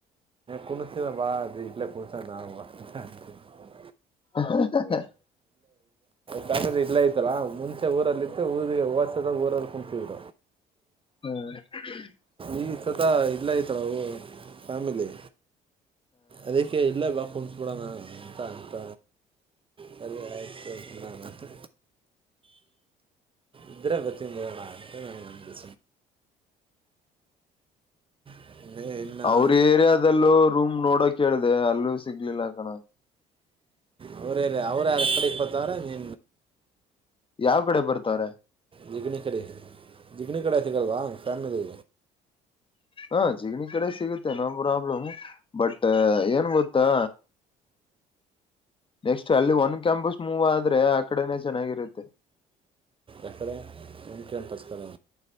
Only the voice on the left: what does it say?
ಹ <inaudible>
ಹ್ಮ
ಅವ್ರ ಏರಿಯಾದಲ್ಲೂ ರೂಮ್ ನೋಡ್ ನೋಡ ಕೇಳಿದೆ ಅಲ್ಲೂ ಸಿಗ್ಲಿಲ್ಲ ಕಣ
ಯಾವ್ ಕಡೆ ಬರ್ತವಾರೆ
ಹಾ ಚಿಗನಿ ಕಡೆ ಸಿಗುತ್ತೆ ನೋ ಪ್ರಾಬ್ಲಮ್ ಬಟ್ ಏನ್ ಗೊತ್ತಾ ನೆಕ್ಸ್ಟ್ ಅಲ್ಲಿ ಒನ್ ಕ್ಯಾಂಪಸ್ ಮೂವ್ ಆದ್ರೆ ಆ ಕಡೆನೇ ಚೆನ್ನಾಗಿರುತ್ತೆ